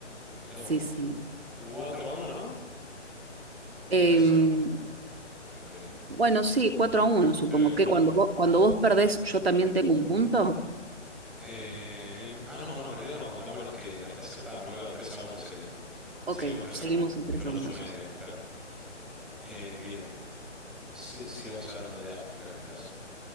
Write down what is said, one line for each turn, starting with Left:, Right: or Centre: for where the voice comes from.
Centre: mira
Right: Sí,
Centre: vos.
Right: sí.
Centre: cuatro a uno, ¿no?
Right: Em,
Centre: O 3 a uno, Me perdí.
Right: bueno, sí, cuatro a uno, supongo.
Centre: Creo que 4
Right: que cuando
Centre: a uno.
Right: vos, cuando vos perdés, yo también tengo un punto?
Centre: Eh, ah, no, no, en realidad no, contamos las que, las que acertamos, ¿no? Claro, Tres a uno sería.
Right: Ok,
Centre: Seguimos tres
Right: seguimos
Centre: a uno.
Right: en 3
Centre: Yo no
Right: a uno.
Centre: sumé,
Right: sí.
Centre: digamos,
Right: sí,
Centre: claro.
Right: sí.
Centre: Eh, bien, Si- sigamos hablando de África en este caso.